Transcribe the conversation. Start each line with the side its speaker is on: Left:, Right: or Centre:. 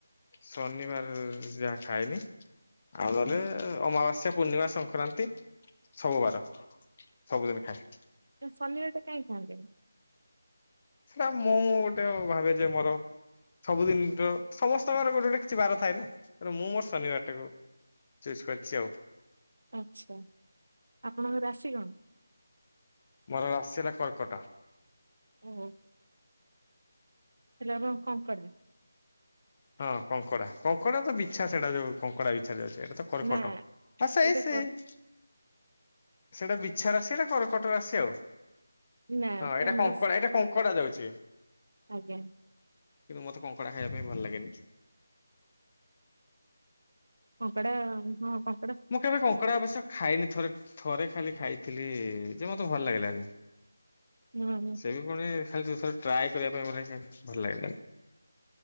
Left: ଶନିବାର ଯାହା ଖାଏନି। ଆଉ ନେହେଲେ
Right: ହୁଁ
Left: ଅମାବାସ୍ୟା, ପୂର୍ଣ୍ଣିମା ସଂ କ୍ରାନ୍ତି ସବୁ ବାର, ସବୁଦିନ ଖାଏ।
Right: ତେଣୁ ଶନିବାରଟା କାଇଁ ଖାଆନ୍ତିନି।
Left: ସେଟା ମୁଁ ଗୋଟେ ଭାବିଚି ମୋର ସବୁଦିନି ତ ସମସ୍ତଙ୍କର ଗୋଟେଗୋଟେ କିଛି ବାର ଥାଏ ନା ତେଣୁ ମୁଁ ମୋର ଶନିବାରଟାକୁ ଚୁସ୍ କରିଚି ଆଉ।
Right: ଆଚ୍ଛା ଆପଣଙ୍କର ରାଶି କଣ?
Left: ମୋର ରାଶି ହେଲା କର୍କଟ।
Right: ଓହୋ ହେଲେ ଆପଣ କଣ କରିବେ
Left: ହଁ କଙ୍କଡ଼ା କଙ୍କଡ଼ା ତ ବିଛା ସେଇଟା ଯୋଉ କଙ୍କଡ଼ା ବି ଛାଡ ଛାଡ ସେଇ ଟା ତ କର୍କଟ
Right: ନା
Left: ହଁ ସେଇ
Right: ସେଇଟା
Left: ସେଇ।
Right: କର
Left: ସେଟା ବିଛା ରାଶି ନାଁ କର୍କଟ ରାଶି ଆଉ।
Right: ନା
Left: ହଁ
Right: ତାଙ୍କସ୍
Left: ଏଇଟା କଙ୍କଡ଼ା ଏଇଟା କଙ୍କଡ଼ା ଯାଉଚି।
Right: ଆଜ୍ଞା।
Left: କିନ୍ତୁ ମତେ କଙ୍କଡ଼ା ଖାଇବା ପାଇଁ ଭଲ ଲାଗେନି।
Right: କଙ୍କଡ଼ା ହଁପା।
Left: ମୁଁ କେବେ କଙ୍କଡ଼ା ଅବଶ୍ୟ ଖାଇନି ଥରେ ଥରେ ଖାଲି ଖାଇଥିଲି ଯେ ମତେ ଭଲ ଲାଗିଲାନି।
Right: ହୁଁ ହୁଁ।
Left: ସେ ବି ଫୁଣି ଖାଲି ତ ଥରେ ଟ୍ରାଏ କରିବା ପାଇଁ ଭଲ ଲାଗିଲାନି।